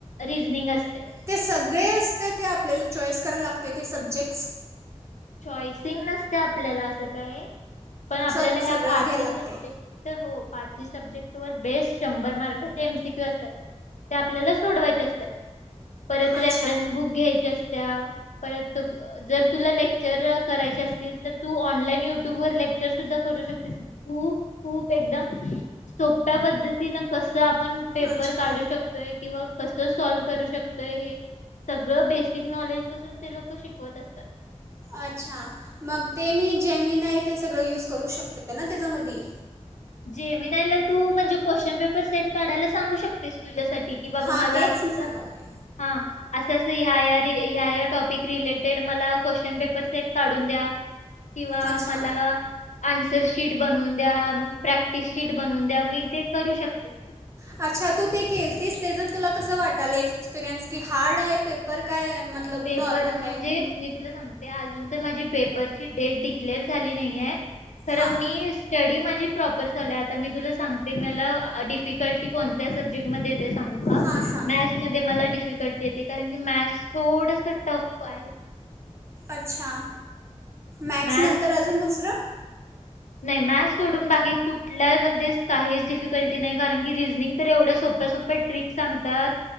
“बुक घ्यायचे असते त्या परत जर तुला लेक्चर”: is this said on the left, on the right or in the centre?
Left